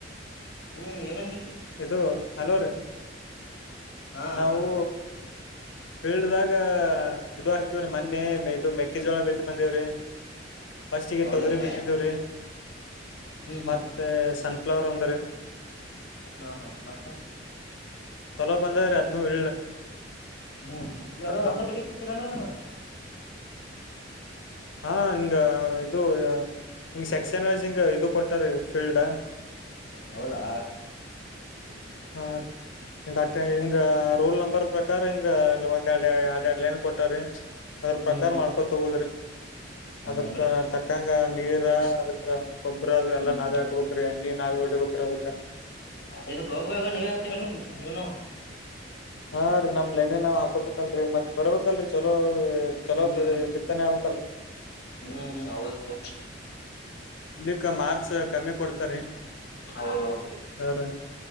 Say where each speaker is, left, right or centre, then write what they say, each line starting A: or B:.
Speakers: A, on the left (about 60°); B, on the left (about 80°).
A: ಹ್ಮ್ ಏನಟ
B: ಇದು ಹಲೋ ರೀ
A: ಹಾ
B: ನಾವು
A: ಹಾ
B: ಫೀಲ್ಡ್ ದಾಗ ಇದು ಹಾಕಿವ್ರಿ ಮೊನ್ನೆ ಇದು ಮೆ ಿ ಜೋಳ ಬತ್ತ ಬಂದೇವ್ರಿ ಫಸ್ಟಿಗೆ
A: ಹೌದೇನ್ರಿ
B: ತೊಗರಿ ಬಿತ್ತಿದ್ದವ್ರಿ
A: ಹ್ಮ್ ಹ್ಮ್
B: ಮತ್ತೆ ಸನ್ಫ್ಲವರ್ ಅಂದ್ರರಿ
A: ಹಾ ಹಾ ಮತ್ತ
B: ಎಲ್ಲ ಬಂದೀ ಅದ್ ಇಳ್ಳ
A: ಹ್ಮ್ ಇ
B: ಅದ್ನು
A: ಒಂದ ಕಡೆ ನ
B: ಹಾ ಹ ಹಂಗ ಇದು ಹಿಂಗ ಸೆಕ್ಷನ್ ವೈಸ್ ಹಿಂಗ ಇದು ಕೊಟ್ಟಾರ ಫೀಲ್ಡ್
A: ಹೌದಾ
B: ಹಾಂ ರ ರೂಲ್ ನಂಬರ್ ಪ್ರಕಾರ ಹಿಂಗ ಇಲ್ಲಿ ಒಂದ್ ಎರಡು ಎರ ಎರಡ್ಲ ಏನ್ ಕೊಟ್ಟ್ರೀ ಅದ್ರ
A: ಹ್ಮ್
B: ಪ್ರಕಾರ
A: ಹ್ಮ್
B: ಮಾಡ್ಕೊತ ತಗೋದ್ರಿ
A: ಹಂಗೇನ್ರಿ
B: ಅದಕ್ಕ ತಕ್ಕಂಗ ನೀರ ಅದಕ್ಕ ಗೊಬ್ರೇ ಅದು ಎಲ್ಲಾ
A: ಹ್ಮ್
B: ನಾವೇ ಹಾಕ್ಬೇಕ್ರೀ ಎಣ್ಣಿ ನಾವೇ ಹೊಡಿಬೇಕ್ರೀ ಅದಕ್ಕ
A: ಇದು ಗೋಬು ಗೋೋಗ ನೀ ಯಾರ್ ನೀನು
B: ಹಾ ರೀ ನಮ್ ನೈನೆ ನಾವ್ ಹಾಕೋಬೇಕಲ್ರರಿ ಮತ್ ಬರ್ಬೇಕಕ್ ಆಕಲ್ರಿ ಚಲೋ ಚಲೋ
A: ಹ್ಮ್
B: ಬಿತ್ತನೆೆ ಆಕಲ್ರರಿ
A: ಹ್ಮ್ ಹೌದು
B: ಇಲ್ಲಿಕ್ಕ ಮಾರ್ಚ್ ಕಮ್ಮಿ ಕೊಡ್ತರಿ
A: ಹೌದೌದು
B: ಸ